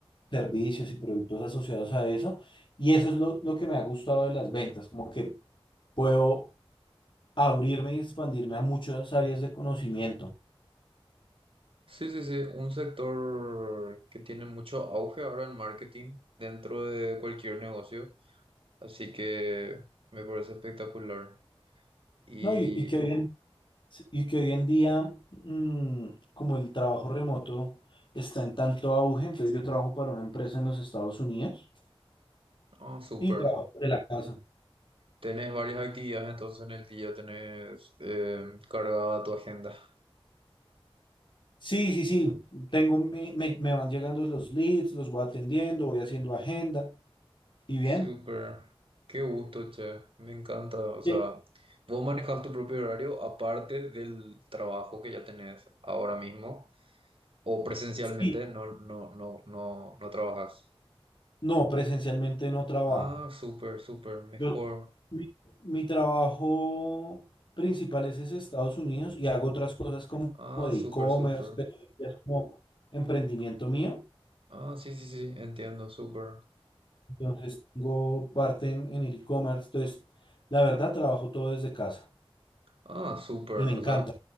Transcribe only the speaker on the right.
Sí, sí, sí. Un sector que tiene mucho auge ahora en marketing dentro de cualquier negocio. Así que me parece espectacular. Y,
ah, súper.
Tenés varias actividades entonces en el día, tenés eh, cargada tu agenda.
Súper, qué gusto, che, me encanta. O sea,
vos manejas tu propio horario aparte del trabajo que ya tenés ahora mismo, o presencialmente
no, no, no, no, no trabajas.
Ah, súper, súper, mejor.
Ah,
súper,
súper.
Ah, sí, sí, sí, entiendo, súper.
Ah, súper,
o sea,